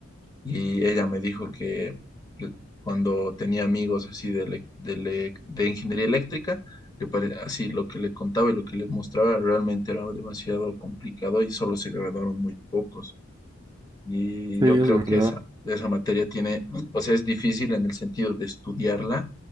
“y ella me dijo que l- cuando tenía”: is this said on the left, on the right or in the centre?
Left